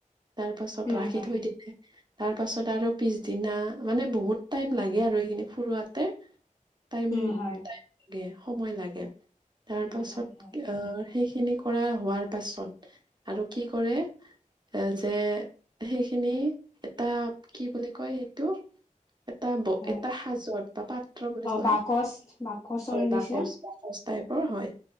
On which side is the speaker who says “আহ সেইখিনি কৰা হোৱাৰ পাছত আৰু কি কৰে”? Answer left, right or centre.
Right